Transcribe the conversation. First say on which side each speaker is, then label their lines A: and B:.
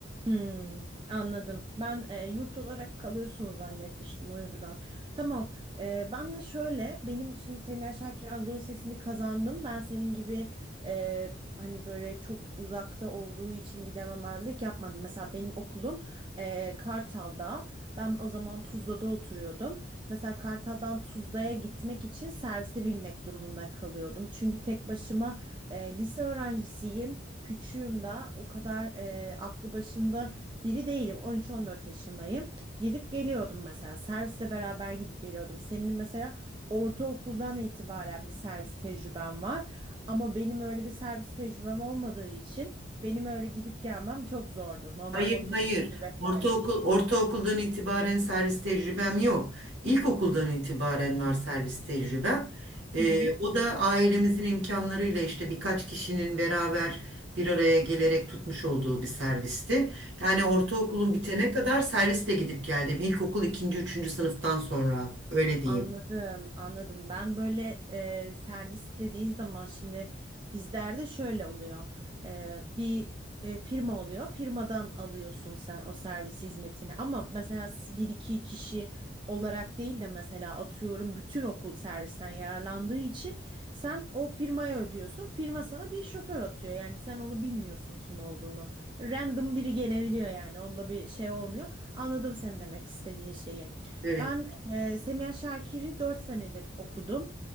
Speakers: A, on the right; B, on the right.
A: Hmm, anladım. Ben e, yurt olarak kalıyorsun zannetmiştim o yüzden. Tamam. E, ben de şöyle benim şimdi Semiha Şakir Anadolu Lisesi'ni kazandım. Ben senin gibi e, hani böyle çok uzakta olduğu için gidememezlik yapmadım. Mesela benim okulum e, Kartal'da. Ben o zaman Tuzla'da oturuyordum. Mesela Kartal'dan Tuzla'ya gitmek için servise binmek durumunda kalıyordum. Çünkü tek başıma e, lise öğrencisiyim. küçüğüm daha o kadar e, aklı başında biri değilim. 13-14 yaşındayım. Gidip geliyordum mesela. Servisle beraber gidip geliyordum. Senin mesela ortaokuldan itibaren bir servis tecrüben var. Ama benim öyle bir servis tecrübem olmadığı için benim öyle gidip gelmem çok zordu. Normal
B: Hayır,
A: otobüs
B: hayır.
A: vesairedir.
B: Ortaokul, ortaokuldan itibaren servis tecrübem yok. İlkokuldan itibaren var servis tecrübem. Ee,
A: Hı hı.
B: o da ailemizin imkanlarıyla işte birkaç kişinin beraber bir araya gelerek tutmuş olduğu bir servisti. Yani ortaokulun bitene kadar serviste gidip geldim. İlkokul ikinci, üçüncü sınıftan sonra öyle diyeyim.
A: Anladım, anladım. Ben böyle e, servis dediğin zaman şimdi bizlerde şöyle oluyor. E, bir e, firma oluyor. Firmadan alıyorsun sen o servis hizmetini. Ama mesela s- bir iki kişi olarak değil de mesela atıyorum bütün okul servisten yararlandığı için sen o firmaya ödüyorsun. Firma sana bir şoför atıyor. Yani sen onu bilmiyorsun kim olduğunu. Random biri gelebiliyor yani. Onda bir şey olmuyor. Anladım sen demek istediğin şeyi.
B: Evet.
A: Ben ee, Semiha Şakir'i 4 senede okudum.